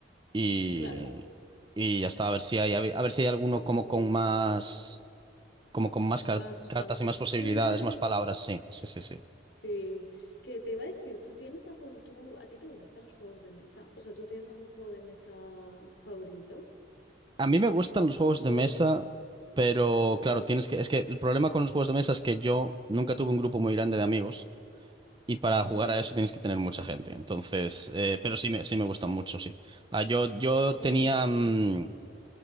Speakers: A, on the right; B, on the left.
A: y,
B: Claro,
A: y ya está, a ver si hay, a ver, a ver si hay alguno como
B: Sí.
A: con más. como con más car-
B: más sustancia.
A: cartas y más posibilidades,
B: <laughs>
A: más palabras, sí, sí, sí, sí.
B: Sí, que te iba a decir, ¿tú tienes algún, tú, a ti te gustan los juegos de mesa? O sea, ¿tú tienes algún juego de mesa favorito?
A: A mí me gustan los juegos de
B: O-
A: mesa, pero
B: Ujú,
A: claro, tienes que, es que el problema con los juegos de mesa es que yo nunca tuve un grupo muy grande de amigos y para
B: ujú,
A: jugar a eso tienes que tener mucha gente. Entonces, eh, pero sí me, sí me gustan mucho, sí. Ah, yo, yo
B: mm,
A: tenía, mm,